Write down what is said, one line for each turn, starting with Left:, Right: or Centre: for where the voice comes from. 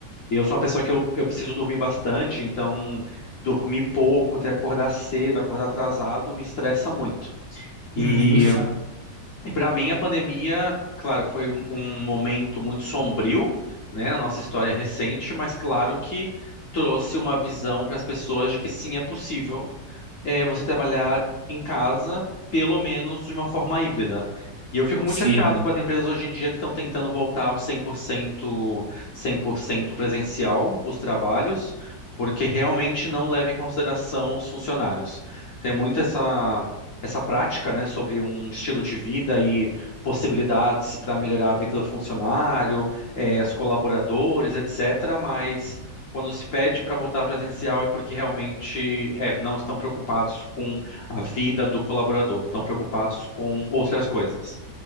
Left: E eu sou uma pessoa que eu, eu preciso dormir bastante, então dormir pouco, ter que acordar cedo, acordar atrasado, me estressa muito. E
Right: Não, nem me fala.
Left: e para mim, a pandemia, claro, foi um, um momento muito sombrio, né, na nossa história recente, mas claro que trouxe uma visão para as pessoas de que sim, é possível é você trabalhar em casa, pelo menos de uma forma híbrida. E eu fico muito
Right: Sim.
Left: chateado com as empresas hoje em dia que estão tentando voltar ao 100%, 100% presencial, os trabalhos, porque realmente não levam em consideração os funcionários. Tem muito essa essa prática, né, sobre um estilo de vida e possibilidades para melhorar a vida do funcionário, eh, os colaboradores, etc. Mas quando se pede para voltar presencial é porque realmente é, não estão preocupados com a vida do colaborador, estão preocupados com outras coisas.